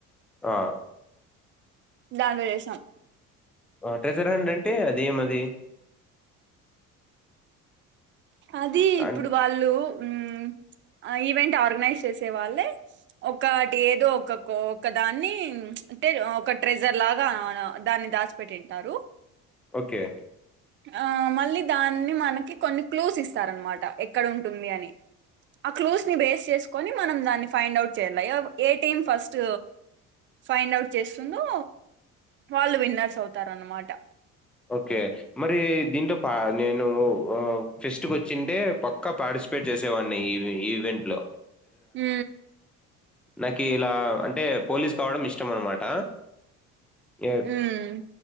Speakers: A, in the centre; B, on the right.
A: ఆ
B: దాంట్లో చేసాం
A: వాటేజరాండ్ అంటే అదేమది
B: అది ఇప్పుడు
A: అన్
B: వాళ్ళు ఉ ఆ ఈవెంట్ ఆర్గనైజ్ చేసే వాళ్ళే ఒకటి ఏదో ఒక ఒకదాన్ని అంటే ఒక ట్రెజర్ లాగా దాన్ని దాచిపెట్టింటారు
A: ఓకే
B: ఆ మళ్ళీ దాన్ని మనకి కొన్ని క్లూస్ ఇస్తార అనమాట ఎక్కడ ఉంటుంది అని ఆ క్లూస్ ని బేస్ చేసుకొని మనం దాన్ని ఫైండ్ అవుట్ చేయాల ఎయిటీన్ ఫస్ట్ ఫైండ్ అవుట్ చేస్తుందో వాళ్ళు విన్నర్స్ అవుతారన్నమాట
A: ఓకే మరి దీట్ పా నేను ఫెస్ట్ క వచ్చింటే పక్కా పార్టిసిపేట్ చేసేవాడి ఈ ఈవెంట్ లో
B: హ
A: నాకు ఇలా అంటే పోలీస్ కావడం ఇష్టం అన్నమాట ఏ
B: మ్మ్